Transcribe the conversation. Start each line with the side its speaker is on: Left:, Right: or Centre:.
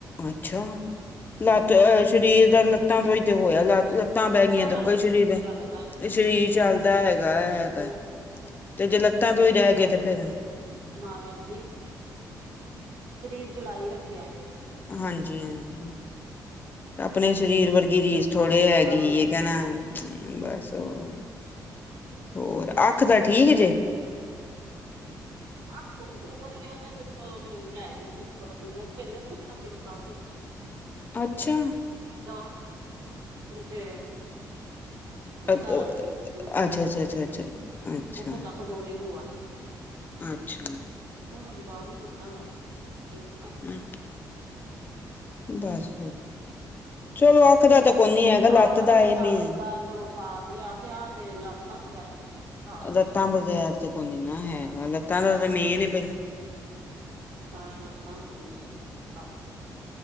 Left: ਅੱਛਾ! ਲੱਤ
Right: ਹੋਰ
Left: ਸਰੀਰ ਦਾ ਲੱਤਾਂ ਤੋਂਈ ਤੇ ਹੋਇਆ ਲ ਲੱਤਾਂ ਬੈਠ ਗਈਆਂ ਤੇ
Right: ਨਾਲ
Left: ੳਕਾ ਹੀ
Right: ਫਿਰ
Left: ਸਰੀਰ, ਇਹ
Right: ਚੱਲਦਾ ਹੈ
Left: ਸਰੀਰ ਚੱਲਦਾ ਹੈਗਾ ਹੈਗਾ
Right: ਹੋਰ
Left: ਤੇ ਜੇ ਲੱਤਾਂ ਤੋਂ
Right: ਇਹ
Left: ਹੀ ਰਹਿਗੇਏ
Right: ਕਹਿੰਦੇ ਆ
Left: ਤੇ ਫੇਰ
Right: ਮਹਾਰਾਜ ਜੀ ਸਰੀਰ ਚਲਾਈ ਰੱਖਿਆ ਜੇ
Left: ਹਾਂਜੀ ਹਾਂਜੀ। ਆਪਣੇ ਸਰੀਰ
Right: ਤੇ
Left: ਵਰਗੀ ਰੀਸ ਥੋੜ੍ਹੇ ਹੈਗੀ,
Right: ਆਪਣੇ ਸਰੀਰ
Left: ਕਹਿਣਾਮ
Right: ਨੂੰ
Left: ਬਸ ਉਹ ਹੋਰ ਅਖ ਤਾਂ ਠੀਕ ਜੇ?
Right: ਅਖ ਤੇ ਕੁਛ ਨ ਉਹ ਤੇੇ ਲੈ ਗਈ ਸੀ ਗੁਰਬੀ, ਤੇ ਉੱਥੇ ਨੀ ਉੱਥੇ ਵੀ ਨ ਜਬ ਦਿੱਤਾ।
Left: ਅੱਛਾ!
Right: ਦੋ, ਜਿੱਥੇ
Left: ਅੱਛਾ
Right: ਘਰ ਆ ਦੀ ਹੁਣ
Left: ਅੱਛਾ
Right: ਬਣੀ
Left: ਅੱਛਾ, ਅੱਛਾ। ਅੱਛਾ
Right: ਉੱਥੋਂ ਤੱਕ ਦੋ ਵਾਰੀ ਹੋ ਆ ਹੀ ਆ।
Left: ਅੱਛਾ।
Right: ਉਹਨਾਂ ਜਵਾਬ ਨੀ ਦਿੱਤਾ, ਉਹ ਮਾਤਾ ਇਹਨਾਂ
Left: ਹਮ। ਬੱਸ ਚਲੋ ਅਖਦਾ ਤਾਂ ਕੋ ਨ ਹੈਗਾ, ਲੱਤ
Right: ਅੱਖ
Left: ਦਾ
Right: ਤੇ ਸਰ
Left: ਵੇਂ
Right: ਦਾ ਚਲੋ ਸਾਰ ਲਿਆ ਤੇ ਆਹ ਤੇ ਲੱਤਾਂ ਬਗੈਰ ਤੇ ਕੋਈ ਨੀ ਹਾਲ
Left: ਲੱਤਾਂ
Right: ਹੈਗਾ
Left: ਬਗੈਰ ਤੇ ਕੋਈ ਨੀ ਨਾ ਹੈਗਾ, ਲੱਤਾਂ ਦਾ
Right: ਹਾਂ
Left: ਤਾਂ ਮੇਨ ਪਹਿਲਾਂ
Right: ਸਾਰਾ ਲੱਤਾਂ ਦਾ ਮੇਨ ਹੁੰਦਾ ਹੈ।